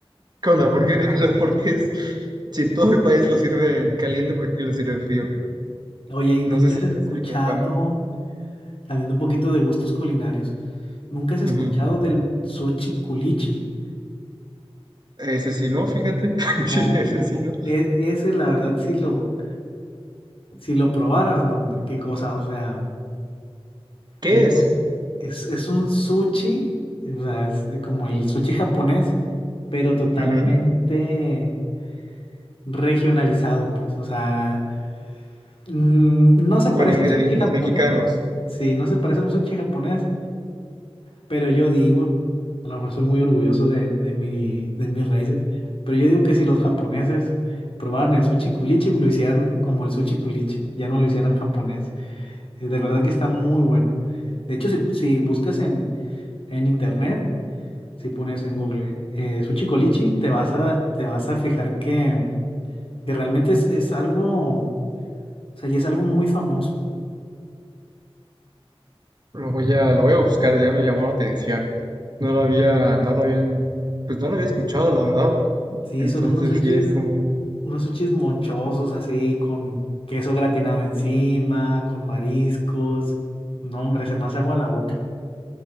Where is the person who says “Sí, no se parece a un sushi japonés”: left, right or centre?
Left